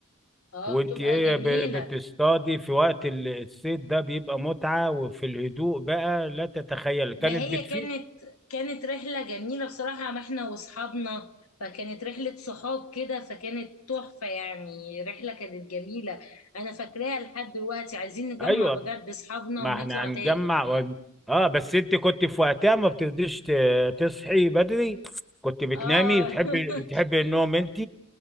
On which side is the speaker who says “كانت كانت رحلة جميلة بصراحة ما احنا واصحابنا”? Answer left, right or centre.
Left